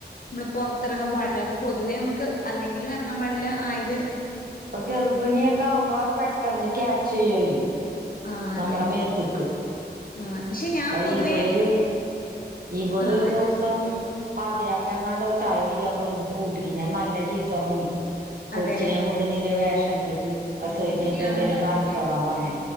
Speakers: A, on the left (about 55°); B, on the right (about 60°).
A: നമ്മള് പുറത്തിറങ്ങാൻ പാടില്ല അത് പൊതുവേ നമുക്ക് അല്ലെങ്കിലും ഇറങ്ങാൻ പാടില്ല ആയത്
B: ഇപ്പൊ ഗർഭിണിയൊക്കെ ആകുമ്പോ പെട്ടെന്ന് ക്യാച്ച് ചെയ്യുവര്
A: ആഹ്
B: നമ്മളെ
A: അതെ
B: മേത്തിക്ക്
A: ആഹ് പക്ഷെ
B: അപ്പൊ
A: ഞാൻ പൊതുവേ
B: ഇവള് ഇവൾ
A: ആഹ്
B: ഒരു ദിവസം പാതിരാക്കങ്ങാണ്ടോ ചായ കുടിക്കാൻ പോയിന്ന് സ്കൂട്ടിക്ക് ഞാൻ നല്ല ചീത്തറഞ്ഞ് കൊച്ചിനെ
A: അതെ
B: കൊണ്ട് നിന്റെ വേഷം കെട്ട് പ്രസോയിച്ച് കഴിഞ്ഞിട്ട് എന്തേങ്കലും
A: ആഹ്
B: കാണിച്ചോളാൻ പറഞ്ഞു